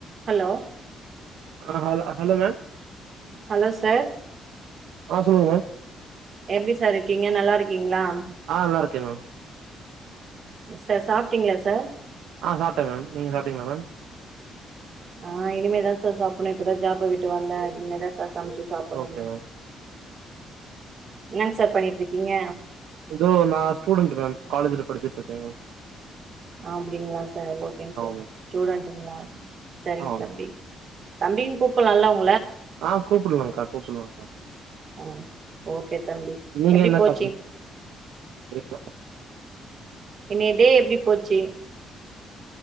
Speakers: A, on the right (about 50°); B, on the right (about 80°).
A: ஹலோ
B: ஆ hello hello ma'am
A: hello sir
B: ஆ சொல்லுங்க மேம்
A: எப்டி சார் இருக்கீங்க நல்லா இருக்கீங்களா
B: ஆ நல்லா இருக்கே மேம்
A: சார் சாப்ட்டீங்களா சார்
B: ஆ சாப்ட மேம் நீங்க சாப்ட்டீங்ளா மேம்
A: ஆ இனிமேதா சார் சாப்புண்ணு இப்பதா ஜாப விட்டு வந்த இனிமேதா ச சம்ச்சி சாப்பண்ணுமே
B: ஓகே மேம்
A: என்னங் சார் பண்ணிட்ருக்கீங்க
B: ஏதோ நா ஸ்டூடன்ட்டு மேம் காலேஜுல படிச்சிட்ருக்க
A: அப்டிங்களா சார் ஓகேங் சார்
B: மேம்
A: ஸ்டூடன்ட்டுங்ளா சரிங்க
B: ஆ ஆமா
A: தம்பி
B: மேம்
A: தம்பின் கூப்புல்லால்ல உ
B: ஆ கூப்புட்லாங்க்கா கூப்புல்லாங்க்கா
A: ம் ஓகே தம்பி
B: நீங்க
A: எப்டி
B: என்னகா
A: போச்சு
B: பண் <inaudible>
A: இன்னைய டே எப்டி போச்சி